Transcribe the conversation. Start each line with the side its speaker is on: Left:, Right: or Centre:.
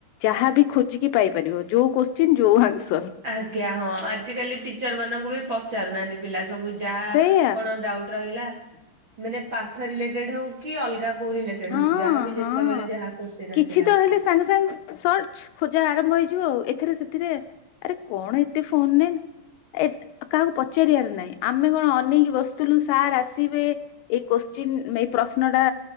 Left: ଯାହାବି ଖୋଜିକି ପାଇପାରିବ ଯୋଉ କୋଶ୍ଚିନ୍ ଯୋଉ ଆନ୍ସ
Right: ଆଜ୍ଞା ହଁ ଆଜିକାଲି ଟିଚର ମାନଙ୍କୁ ବି ପଚାରୁନାହାନ୍ତି ପିଲା ସ ସବୁ ଯାହା
Left: ସେଇଆ
Right: କଣ ଡାଉଟ ରହିଲା ମାନେ ପାଠ ରିଲେଟେଡ ହଉ କି ଅଲଗା କୋଉ ରିଲେଟେଡ
Left: ହଁ
Right: ହଉ ଯାହାବି
Left: ହଁ
Right: ଯେତେବେଳେ ଯାହା କୋଶ୍ଚିନ୍
Left: କିଛି
Right: ଆସିଲା
Left: ତ ହେଲେ ସାଙ୍ଗେ ସାଙ୍ଗେ ସର୍ଚ୍ଚ ଖୋଜା ଆରମ୍ଭ ହେଇଯିବ ଆଉ ଏଥିରେ ସେଥିରେ ଆରେ କଣ ଏତେ ଫୋନ ନେମ୍ ଏତ୍ କାହାକୁ ପଚାରିବାର ନାହିଁ। ଆମେ କଣ ଅନେକି ବସୁଥିଲୁ ସାର୍ ଆସିବେ, ଏଇ କୋସ୍ ଚୀନ୍ ମେଇ ପ୍ରଶ୍ନ ଟାଆ